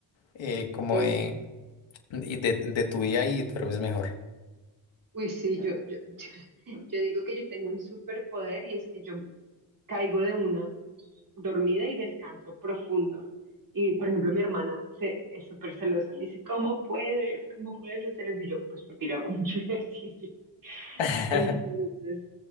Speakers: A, on the left; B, on the right.
A: eh, como
B: Sí.
A: de, y de, de tu día y duermes mejor.
B: Uy, sí, yo, yo, <laughs> yo digo que yo tengo un superpoder y es que yo caigo de una dormida y descanso profundo. Y, por ejemplo, mi hermana se, es súper celosa. Me dice, ¿cómo puedes? ¿Cómo puedes hacer eso? Y yo, pues porque yo hago mucho <laughs> ejercicio.
A: <laughs>
B: Entonces,